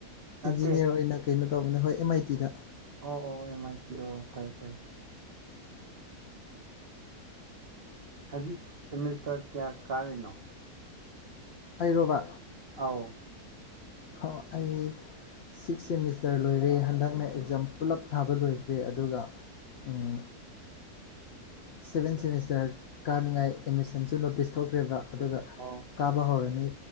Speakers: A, on the right (about 50°); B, on the left (about 70°).
A: ꯅꯠꯇꯦ
B: ꯏꯟꯖꯤꯅꯤꯌꯔ ꯑꯣꯏꯅ ꯀꯩꯅꯣ ꯇꯧꯕꯅꯦ ꯍꯣꯏ ꯑꯦꯝ ꯑꯥꯏ ꯇꯤꯗ
A: ꯑꯣ ꯑꯣ ꯑꯦꯝ ꯑꯥꯏ ꯇꯤ ꯑꯣ ꯐꯩ ꯐꯩ ꯍꯧꯖꯤꯛ ꯁꯦꯃꯤꯁꯇꯔ ꯀꯌꯥ ꯀꯥꯔꯤꯅꯣ
B: ꯑꯩꯔꯣꯕ
A: ꯑꯥꯎ
B: ꯍꯣ ꯑꯩ ꯁꯤꯛꯁ ꯁꯦꯃꯤꯁꯇꯔ ꯂꯣꯏꯔꯦ ꯍꯟꯗꯛꯅ ꯑꯦꯛꯖꯥꯝ ꯄꯨꯜꯂꯞ ꯊꯥꯕ ꯂꯣꯏꯈ꯭ꯔꯦ ꯑꯗꯨꯒ ꯎꯝ ꯁꯚꯦꯟ ꯁꯦꯃꯤꯁꯇꯔ ꯀꯥꯅꯤꯡꯉꯥꯏ ꯑꯦꯠꯃꯤꯁꯟꯁꯨ ꯅꯣꯇꯤꯁ ꯊꯣꯛꯈ꯭ꯔꯦꯕ ꯑꯗꯨꯒ
A: ꯑꯣ
B: ꯀꯥꯕ ꯍꯧꯔꯅꯤ